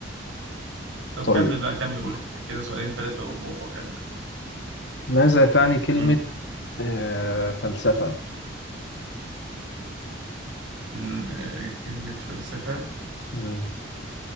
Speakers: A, on the right; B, on the left.
A: طب
B: طيب
A: كمل بقى كمل قول أنت كده سؤالين ثلاثة وأكمل
B: ماذا تعني كلمة
A: مم.
B: آه فلسفة؟
A: مم، آه، كلمة فلسفة
B: مم.